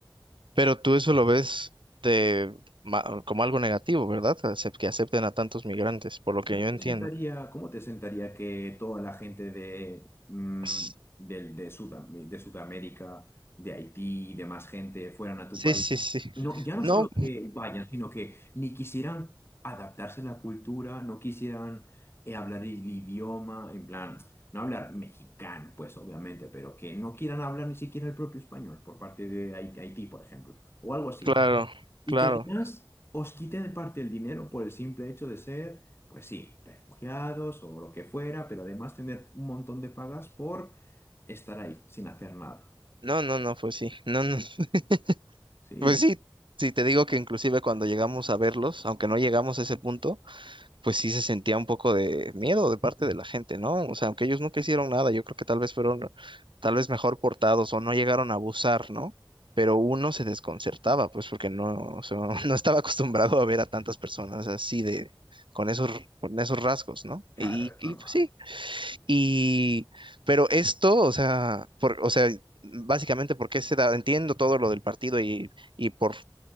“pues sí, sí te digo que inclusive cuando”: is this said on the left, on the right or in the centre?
Right